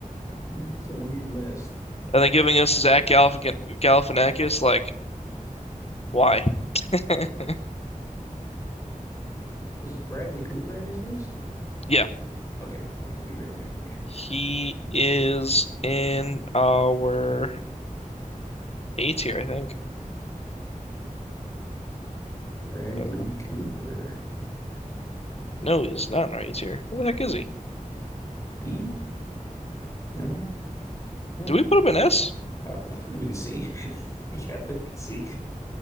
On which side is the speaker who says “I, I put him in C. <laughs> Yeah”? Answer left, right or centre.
Left